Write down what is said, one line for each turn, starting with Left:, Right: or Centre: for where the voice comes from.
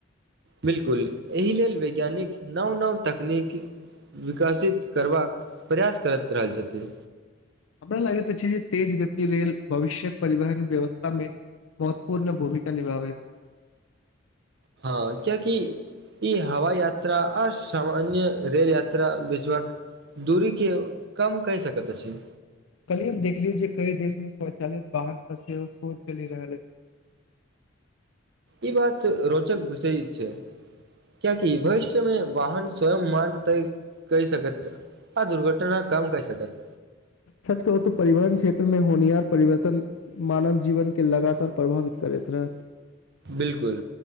Right: बिलकुल, एहि लेल वैज्ञानिक नव नव तकनीक विकसित करबाक प्रयास करैत रहल छथि।
Left: हमरा लगैत अछि जे तेज गति लेल भविष्य्यक परिवहन व्यवस्थामे महत्वपूर्ण भूमिका निभाबैत।
Right: हां, कियाकि इ हवाई यात्रा आ सामान्य रेल यात्रा बीचक दूरी के कम कय सकैत अछि।
Left: काल्हिये हम देखलियै जे कई देश मे स्वचालित वाहन पर सेहो शोध चलि रहल अति।
Right: इ बात रोचक विषय छै, कियाकि भविष्यमे वाहन स्वयं मान तय कय सकत आ दुर्घटना कम कय सकत।
Left: सच कहु तं परिवहन क्षेत्रमे होनिहार परिवर्तन मानव जीवनके लगातार प्रभावित करैत रहत।
Right: बिलकुल,